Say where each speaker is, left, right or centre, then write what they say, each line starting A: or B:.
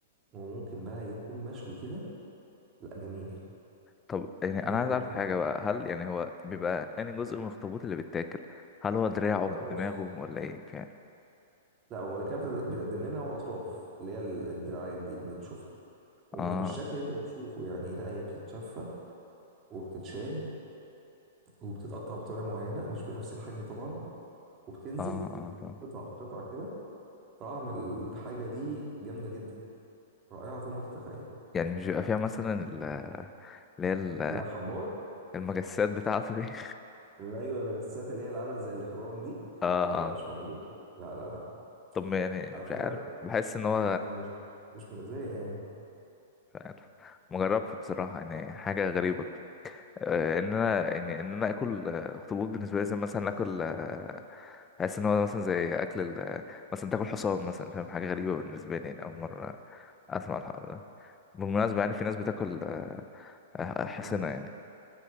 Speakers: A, on the right (about 30°); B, on the left (about 20°).
A: وممكن بقى يكون مشوي كده لا جميل
B: طب يعني
A: جميل
B: انا عايز اعرف
A: جدا
B: حاجه بقى هل يعني هو بيبقى انهي جزء من الاخطبوط اللي بيتاكل هل هو دراعه
A: بالاطراف
B: دماغه ولا ايه فعلا
A: لا هو اللي كان بتد- بيتقدم لنا هو اطراف اللي هي ال- الدراعات دي اللي انت تشوفها ومش
B: اه
A: بالشكل اللي انت بتشوفه يعني لا هي بتتشفى وبتتشال وبتتقطع بطريقه معينه مش بنفس الحجم طبعا وبتنزل
B: اه اه فاهم
A: قطع قطع كده طعم الحاجة دي جامدة جدا رائعة فوق ما تتخيل
B: يعني مش بيبقى فيها مثلا ال- اللي هي ال-
A: لا حبار
B: المجسات بتاعته دي <laughs>
A: لا أيوة المجسات اللي هي اللي عاملة زي الإخرام دي
B: اه
A: لا
B: اه
A: لا مش موجودة لا لا لا
B: طب ما يعني
A: على
B: مش
A: فكرة
B: عارف بحس ان هو
A: هو مش مش مؤذية يعني
B: مش عارف مجربتش بصراحة يعني حاجة غريبة آه ان انا يعني ان انا اكل آه، اخطبوط بالنسبة لي زي مثلا اكل آه، بحس ان هو مثلا زي اكل ال- مثلا تاكل حصان مثلا فاهم حاجة غريبة بالنسبة لي يعني اول مرة اسمع الحوار ده بالمناسبة يعني في ناس بتاكل آه، آه، حصنة
A: مم.
B: يعني